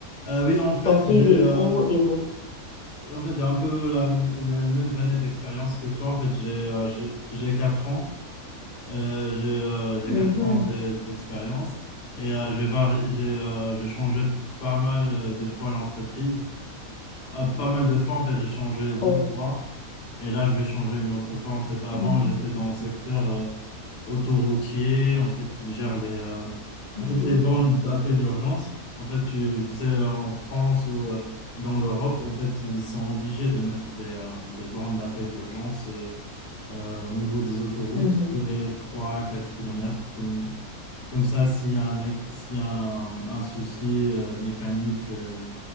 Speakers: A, on the left; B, on the left.
A: euh, oui, en fait,
B: ton CV
A: j'ai euh,
B: pour évoluer.
A: en fait, j'ai un peu la, les mêmes années d'expérience que toi. En fait, j'ai euh, j'ai j'ai 4 ans, euh, j'ai euh, j'ai
B: Mhm.
A: 4 ans de- d'expérience et euh, j'ai vari- j'ai euh, j'ai changé pas mal euh, de fois l'entreprise. Euh, pas mal de fois, en fait, j'ai changé deux
B: Oh,
A: fois. Et là, je vais changer une autre fois. En fait, avant,
B: Mhm.
A: j'étais dans le secteur euh, autoroutier. En fait, ils gèrent les, euh,
B: mhm.
A: en fait, les bornes d'appel d'urgence. En fait, tu, tu sais, en France ou euh, dans l'Europe, en fait, ils sont obligés de mettre des, euh, des bornes d'appel d'urgence euh, euh, au niveau des autoroutes
B: Mhm.
A: tous les 3 quatre kilomètres Comme, comme ça, s'il y a un, ac- s'il y a un, un souci euh, mécanique, euh,